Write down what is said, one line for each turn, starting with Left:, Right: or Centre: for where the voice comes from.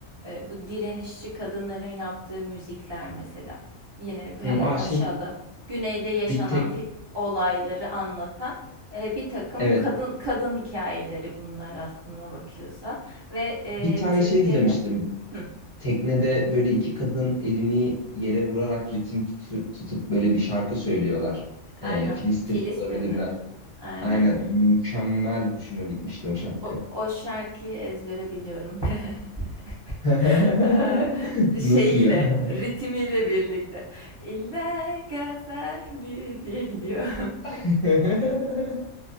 Right: E, bu direnişçi kadınların yaptığı müzikler mesela. Yine hemen
Left: aa
Right: aşağıda
Left: şey
Right: güneyde yaşanan
Left: bir tek
Right: fi- olayları anlatan e, bir takım
Left: evet
Right: kadın kadın hikayeleri bunlar aslında bakıyorsan. Ve e,
Left: bir tane
Right: Türkiye'de
Left: şey izlemiştim.
Right: Hı,
Left: Teknede böyle iki kadın elini yere vurarak ritim tutu- tutup böyle bir şarkı söylüyorlar.
Right: aynen
Left: Ee, Filistin
Right: Filistinli.
Left: olabilirler.
Right: Aynen.
Left: Aynen mükemmel hoşuma gitmişti o şarkı.
Right: O, o şarkıyı ezbere biliyorum. <laughs>
Left: <laughs>
Right: Ha,
Left: Nasıl
Right: Şeyiyle,
Left: ya?
Right: ritmiyle birlikte. İlla Gazali diye gidiyor.
Left: <laughs>